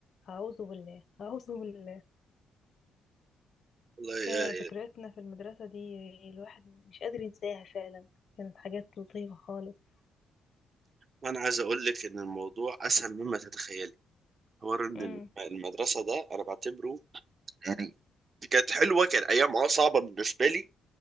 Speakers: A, on the left; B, on the right.
A: أعوذ بالله أعوذ بالله
B: والله يا
A: هي
B: يا-
A: ذكرياتنا في المدرسة دي الواحد مش قادر ينساها فعلا كانت حاجات لطيفة خالص
B: وانا عايز اقول لك ان الموضوع اسهل مما تتخيلي حوار ان
A: امم
B: المدرسه ده انا بعتبره يعني كانت حلوه كان ايام اه صعبه بالنسبه لي